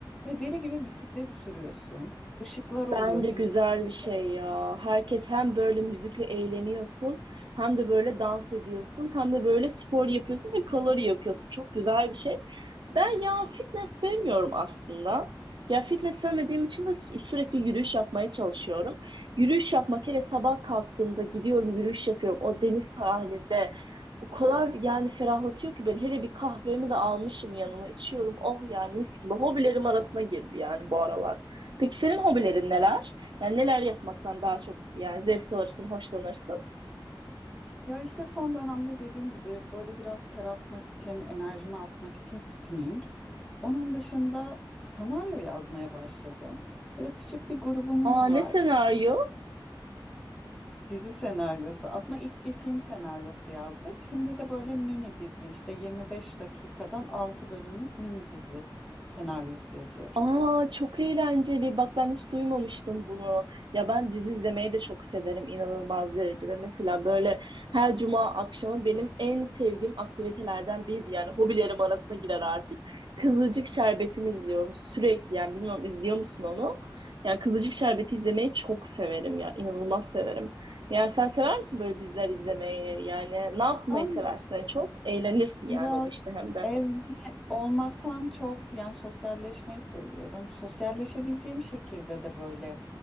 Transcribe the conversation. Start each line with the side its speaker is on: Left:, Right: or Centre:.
Centre: ve deli gibi bisiklet sürüyorsun. Işıklar oluyor
Right: Bence
Centre: dis.
Right: güzel
Centre: <laughs>
Right: bir şey ya. Herkes hem böyle müzikle eğleniyorsun, hem de böyle dans ediyorsun, hem de böyle spor yapıyorsun ve kalori yakıyorsun. Çok güzel bir şey. Ben ya fitness sevmiyorum aslında. Ya fitness sevmediğim için de sü- sürekli yürüyüş yapmaya çalışıyorum. Yürüyüş yapmak hele sabah kalktığımda gidiyorum yürüyüş yapıyorum o deniz sahilinde. O kadar yani ferahlatıyor ki ben hele bir kahvemi de almışım yanıma içiyorum. Oh yani mis gibi hobilerim arasına girdi yani bu aralar. Peki senin hobilerin neler? Yani neler yapmaktan daha çok yani zevk alırsın, hoşlanırsın?
Centre: Ya işte son dönemde dediğim gibi böyle biraz ter atmak için enerjimi atmak için spinning. Onun dışında senaryo yazmaya başladım. Böyle küçük bir grubumuz
Right: Aa
Centre: var.
Right: ne senaryo?
Centre: Dizi senaryosu. Aslında ilk bir film senaryosu yazdık. Şimdi de böyle mini dizi işte 25 dakikadan 6 bölümlük mini dizi senaryosu yazıyoruz.
Right: Aa çok eğlenceli. Bak ben hiç duymamıştım bunu. Ya ben dizi izlemeyi de çok severim inanılmaz derecede. Mesela böyle her cuma akşamı benim en sevdiğim aktivitelerden biriydi. Yani hobilerim arasına girer artık. Kızılcık Şerbeti'ni izliyorum sürekli. Yani bilmiyorum izliyor musun onu? Yani Kızılcık Şerbeti izlemeyi çok severim ya. inanılmaz severim. Yani sen sever misin böyle diziler izlemeyi? Yani ne yapmayı
Centre: Aa,
Right: seversin en çok? Eğlenirsin
Centre: Biraz
Right: yani o işte hem de.
Centre: evde olmaktan çok yani sosyalleşmeyi seviyorum. Sosyalleşebileceğim şekilde de böyle